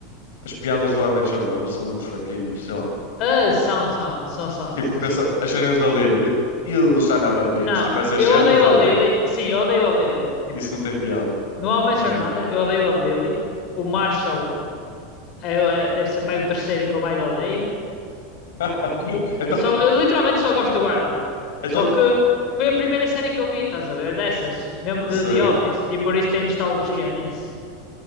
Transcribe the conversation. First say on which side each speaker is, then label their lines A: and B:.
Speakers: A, on the left; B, on the left.
A: as piadas do How I Met Your Mother são mesmo fraquinhas, sei lá.
B: Ah, são, são, são, são,
A: Tipo,
B: são,
A: pensa,
B: são.
A: as cenas da Lily, You son of a bitch,
B: Não,
A: tipo essas
B: eu
A: cenas,
B: odeio
A: estás a
B: a
A: ver?
B: Lily. Sim, eu odeio a Lily. Tipo,
A: Isso não tem piada,
B: no How I Met
A: para
B: Your
A: mim.
B: Mother, eu odeio a Lily. O Marshall é, é- deve ser pai o terceiro que eu mais odeio.
A: <laughs>
B: o-
A: Então,
B: Só, eu literalmente só gosto do Barney.
A: então
B: Só que foi a primeira série que eu vi, estás a ver? Dessas. Mesmo de
A: Sei.
B: The Office. E por isso tem nostalgia nisso.